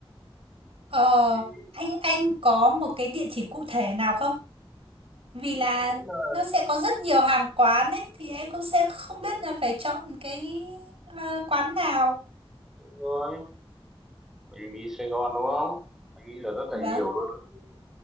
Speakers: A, on the right; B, in the centre.
A: Ờ
B: thì
A: anh anh có một cái địa chỉ cụ thể nào không? Vì là
B: anh nghĩ là
A: nó sẽ có rất nhiều hàng quán ấy thì em cũng sẽ không biết là phải chọn cái à, quán nào.
B: Đúng rồi bánh mì Sài Gòn đúng không anh nghĩ là rất là
A: Vâng.
B: nhiều luôn ở địa điểm